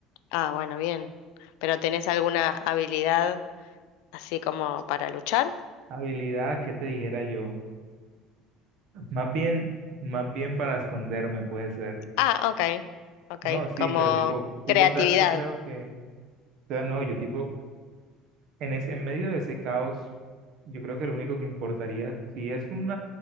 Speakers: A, on the left; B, on the right.
A: Ah, bueno, bien. ¿Pero tenés alguna habilidad así como para luchar?
B: Habilidad, ¿qué te dijera yo? Más bien, más bien para esconderme puede ser.
A: Ah, ok. Ok,
B: No, sí,
A: como
B: pero tipo, tipo,
A: creatividad.
B: ¿sabes qué creo que? O sea, no, yo tipo, en ese, en medio de ese caos, yo creo que lo único que importaría, si es un